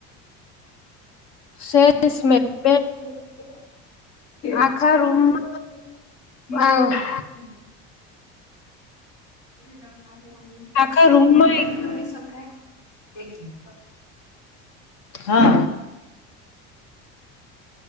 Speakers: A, on the left; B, on the left.
A: <inaudible>
B: સેલ્સમેન બે આખા રૂમમાં આ
A: <unintelligible>
B: આખા રૂમમાં
A: <unintelligible>
B: હા